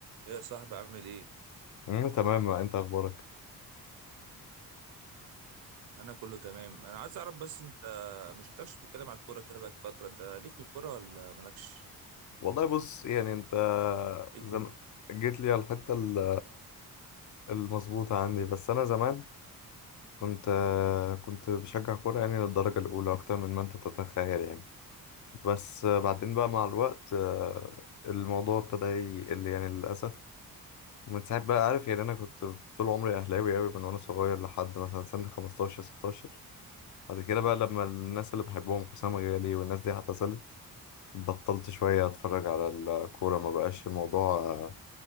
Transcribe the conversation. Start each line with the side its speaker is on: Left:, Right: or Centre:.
Right: ايه يا صاحبي عامل ايه
Left: مم، تمام انت اخبارك
Right: انا كله تمام انا عايز اعرف بس انت ما شفتكش بتتكلم على الكوره كده بقى فتره انت ليك في الكوره ولا مالكش
Left: والله بص يعني انت
Right: إيه الدنيا؟
Left: زم... جيت لي على الحته ال- المظبوطه عندي بس انا زمان كنت كنت بشجع كوره يعني للدرجه الاولى اكتر من ما انت تتخيل يعني بس بعدين بقى مع الوقت آه، الموضوع ابتدى يقل يعني للاسف ومن ساعه بقى عارف يعني انا كنت طول عمري اهلاوي قوي من وانا صغير لحد مثلا سن 15 16 بعد كده بقى لما الناس اللي بحبهم حسام غالي والناس دي اعتزلت بطلت شوية أتفرج على الكورة ما بقاش الموضوع آه،